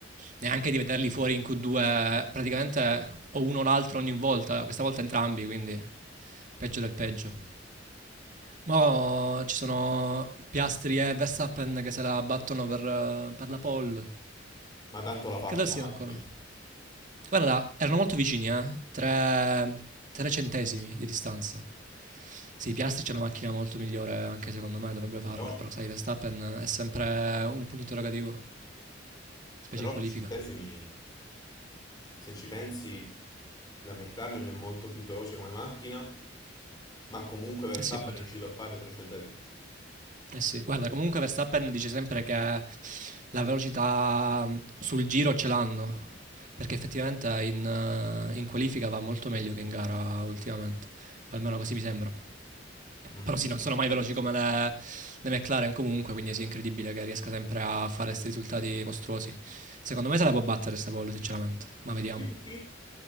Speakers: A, on the right; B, on the left.
A: neanche di vederli fuori in Q2, praticamente o uno o l'altro ogni volta, questa volta entrambi, quindi peggio del peggio. Ma ci sono Piastri e Verstappen che se la battono per, per la pole,
B: ma tanto la fa
A: credo
B: Piastri,
A: siano ancora. Guarda, erano molto vicini, eh? Tre, tre centesimi di distanza. Sì, Piastri c'è una macchina molto migliore, anche secondo me dovrebbe farla,
B: però...
A: però sai, Verstappen è sempre un punto interrogativo, specie
B: Però
A: in qualifica.
B: tre centesimi, se ci pensi, la McLaren è molto più veloce come macchina, ma comunque Verstappen
A: Eh sì, appunto.
B: è riuscito a fare tre centesimi.
A: Eh sì, guarda, comunque Verstappen dice sempre che la velocità mh, sul giro ce l'hanno, perché effettivamente in, eh, in qualifica va molto meglio che in gara ultimamente, o almeno così mi sembra.
B: Mm.
A: Però sì, non sono mai veloci come le, le McLaren comunque, quindi sì, è incredibile che riesca sempre a fare questi risultati mostruosi. Secondo me se la può battere sta Paul, sinceramente, ma vediamo.
B: Yuki